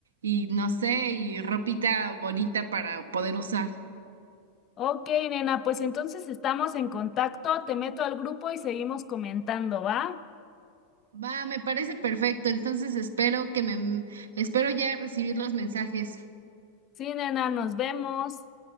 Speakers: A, on the right (about 70°); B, on the left (about 30°).
A: y no sé, y ropita bonita para poder usar.
B: Ok, nena, pues entonces estamos en contacto, te meto al grupo y seguimos comentando, ¿va?
A: Va, me parece perfecto. Entonces espero que me espero ya recibir los mensajes.
B: Sí, nena, nos vemos.